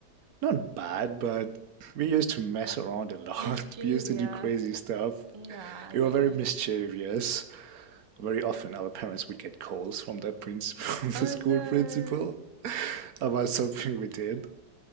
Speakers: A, on the right; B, on the right.
A: not bad, but we used to mess around a lot.
B: <laughs> mischievous.
A: <laughs> We used to do crazy stuff.
B: Yeah, I
A: We
B: get
A: were very
B: you.
A: mischievous. Very often, our parents would get calls from the prince, <laughs> from the
B: Oh
A: school
B: no.
A: principal, about something we did.